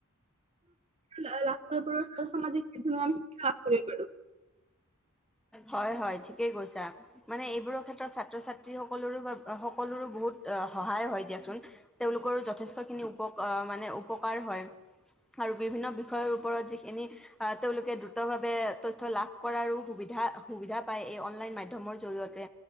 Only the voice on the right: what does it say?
লাভ কৰিব পাৰো, আৰু সামাজিক <unintelligible> শিক্ষা লাভ কৰিব পাৰোঁ।